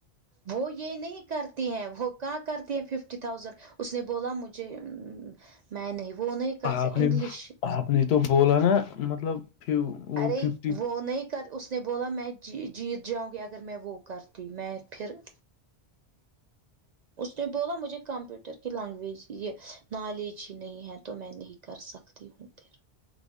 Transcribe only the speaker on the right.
وہ یہ نہیں کرتی ہیں وہ کہاں کرتی ہیں ففٹی تھاؤزینڈ اس نے بولا مجھے میں نہیں وہ نہیں کر
انگلش
ارے
وہ نہیں کر اس- اس نے بولا میں جی جیت جاؤں گی اگر میں وہ کرتی میں پھر- اس نے بولا مجھے کمپیوٹر کی لینگویج یہ نالج ہی نہیں ہے تو میں نہیں کر سکتا- ت ہوں پھر